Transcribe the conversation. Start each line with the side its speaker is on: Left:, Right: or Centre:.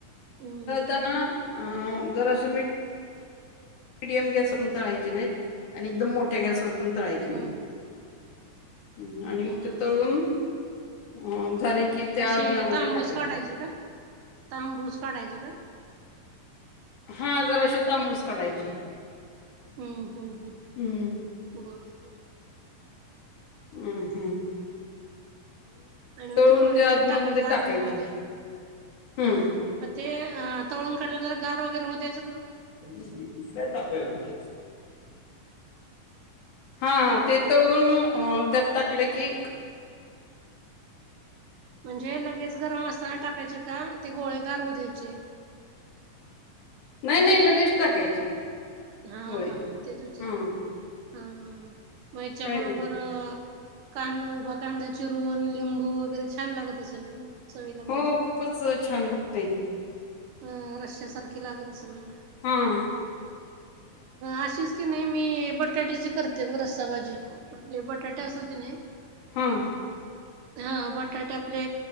Right: हम्म हम्म
Left: ताना अ जरा असं मी मीडियम गॅस पण तळायचे नाहीत आणि एकदम मोठ्या गॅसवरर पण तळायचे
Right: हम्म
Left: नाहीत
Right: हम्म.
Left: ह् आणि
Right: हम्म
Left: मग ते
Right: हम्म
Left: तळून
Right: हम्म
Left: अ- झाले की त्या
Right: असे
Left: आदनामध्ये
Right: तांबूस
Left: टाकायचे
Right: काढायचे का तांबूस काढायचे का
Left: हा जरा असे तांबूस काढायचे
Right: हम्म हम्म हम्
Left: हम्म
Right: बरोबर
Left: हम् हम्म
Right: आणि मग
Left: तळून
Right: ते पोयच्यात
Left: आदनामध्ये
Right: टाकायच्या आदनामध्ये
Left: टाकायचे हम्म
Right: ते तळून काढलं ज गार वगैरे होऊ द्याच
Left: इ तफे होता हा ते तळुन त्यात टाकले की
Right: म्हणजे लगेच गरम असताना टाकायचे का ते गोळे गारू द्यायचे <inaudible>
Left: नाही नाही लगेच टाकायचे
Right: हा
Left: गोळे
Right: हा तेच विचारायच
Left: हा
Right: हा हा मगच्या
Left: काय
Right: बरोबर
Left: नाही
Right: कांदा उभा कांदा चिरूण लिंबू वगैरे छान लागत असेल मग चवीला
Left: हो
Right: भाजी
Left: खूपच छान लागतेय
Right: अ रश्या सारखी लागत असेल मग
Left: हम्म
Right: अशीस की नाही मी बटाट्याचे करते ब रस्सा भाजी आपले बटाटे अस क नाही
Left: हा हा
Right: हा बट बटाटे आपले